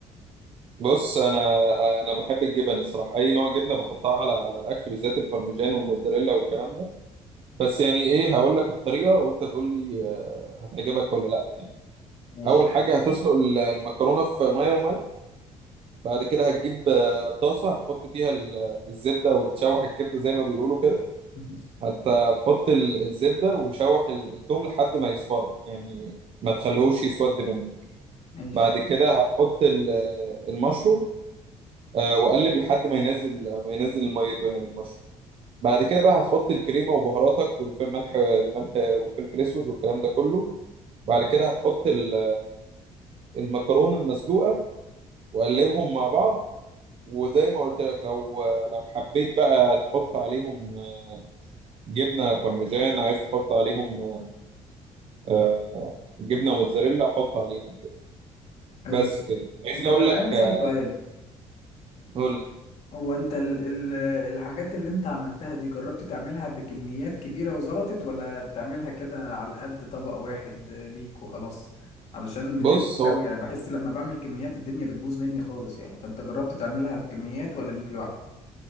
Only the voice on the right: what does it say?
بص أنا أنا بحب الجبن الصراحة أي نوع جبنة بحطها على على الأكل بالذات البارميجان والموتزاريلا والكلام ده بس يعني ايه هقول لك الطريقه وانت تقول لي آه، هتعجبك ولا لا
اول حاجه هتسلق ال- المكرونه في ميه وملح بعد كده هتجيب آه، طاسه هتحط فيها ال- الزبده وتشوح الكبده زي ما بيقولوا كده
هت- هتحط ال- الزبده وشوح ال- التوم لحد ما يصفر يعني ما تخليهوش يسود منك
بعد كده هتحط ال- آه، المشروم آه، وقلب لحد ما ينزل ما ينزل ميته يعني المشروم بعد كده بقى هتحط الكريمه وبهاراتك والفلفل الملح الملح والفلفل الاسود والكلام ده كله بعد كده هتحط ال- المكرونة المسلوقة وقلبهم مع بعض وزي ما قلت لك لو لو حبيت بقى تحط عليهم آه، جبنة بارميجان عايز تحط عليهم آه، جبنة موتزاريلا حط عليهم كده
بس كده عايزني
اقول
لك
آه،
قول لي.
بص هو